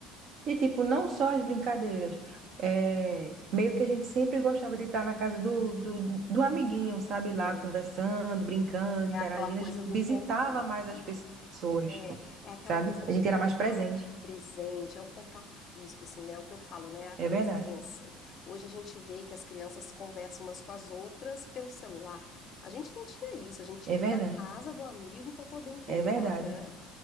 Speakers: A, on the right; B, on the left.
A: E, tipo, não só as brincadeiras. É, meio que a gente sempre gostava de estar na casa do, do, do amiguinho, sabe? Lá
B: É,
A: conversando, brincando,
B: é
A: interagindo.
B: aquela coisa
A: A gente
B: do
A: visitava
B: contato.
A: mais as pessoas,
B: É, é aquela
A: sabe?
B: coisa do
A: A gente
B: contato
A: era mais presente.
B: presente, é o contato físico, assim, né? É o que eu falo, né? é A presença.
A: É verdade,
B: Hoje a gente vê que as crianças conversam umas com as outras pelo celular. A gente não tinha isso, a gente
A: é
B: tinha que
A: verdade,
B: ir na casa do amigo para poder encontrar,
A: é verdade.
B: né?